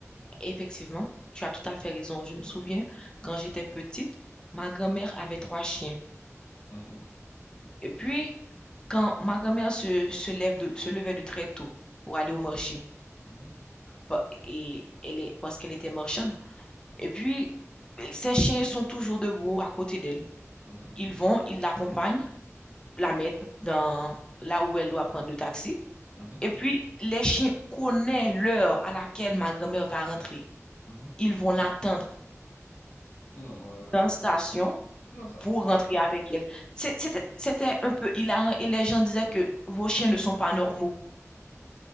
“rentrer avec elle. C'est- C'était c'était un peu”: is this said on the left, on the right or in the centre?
Left